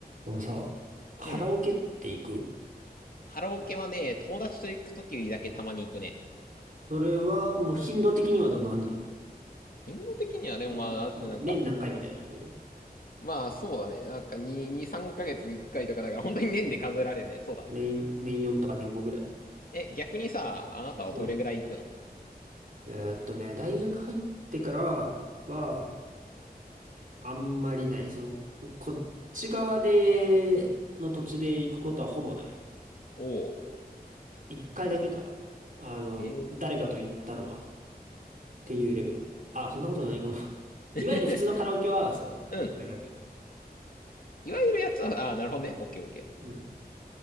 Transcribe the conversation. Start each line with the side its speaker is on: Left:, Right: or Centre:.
Right: あのさ、カラオケって行く
Left: うん。カラオケはね、友達と行くときだけたまに行くね。
Right: それはもう頻度的にはどんな感じ
Left: 頻度的にはでもまあ、
Right: もう、
Left: マジでなんか、
Right: もう年何回みたいなレベル
Left: まあそうだね。なんか2、2、3ヶ月に1回とかだから本当に年で数えられるね。そうだね。
Right: 年、年4とか年5ぐらい。
Left: え、逆にさ、あなたはどれぐらい行くの
Right: うん。えーっとね、大学入ってからは、あんまりない。その、こっち側で、の土地で行くことはほぼない。
Left: おお
Right: 一回だけかな。あの、
Left: ー。へえ。
Right: 誰かと行ったのは、っていうレベル。あ、そんなことないかも。<laughs>
Left: <laughs>
Right: いわゆる普通のカラオケは、そう、
Left: うん。
Right: 一回だけ。
Left: いわゆるやつは、あーなるほどね。オッケーオッケー。
Right: うん。